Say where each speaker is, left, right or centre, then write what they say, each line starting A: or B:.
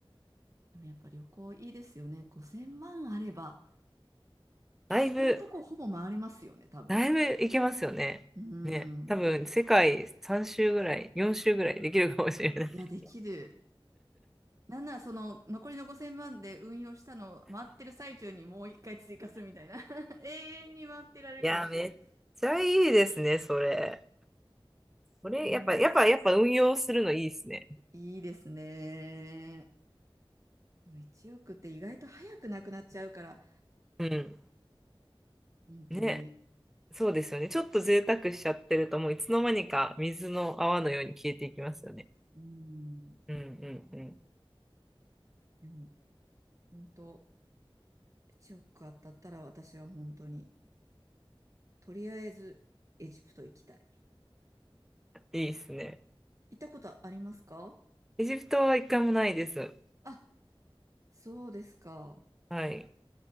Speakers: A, on the right; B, in the centre.
A: でもやっぱ旅行いいですよね。5000万あれば
B: だいぶ、
A: 行きたいとこほぼ回れますよね、多分。
B: だいぶいけますよね。
A: うん。
B: ね。多分世界3周ぐらい、4周ぐらいできるかもしれない。
A: いや、できる。なんならその残りの5000万で運用したのを回ってる最中にもう一回追加するみたいな。<laughs> 永遠に回ってられるかもしれない。
B: いや、めっちゃいいですね、それ。これ、
A: いいです。
B: やっぱ、やっぱ、やっぱ運用するのいいですね。
A: いいですね。でも1億って意外と早くなくなっちゃうから、
B: うん。
A: 本当に。
B: ね。そうですよね。ちょっと贅沢しちゃってると、もういつの間にか水の泡のように消えていきますよね。
A: うん。
B: うんうんうん。
A: でも、本当、1億当たったら私は本当に、とりあえずエジプト行きたい。
B: いいですね。
A: 行ったことありますか
B: エジプトは一回もないです。
A: あ、そうですか。
B: はい。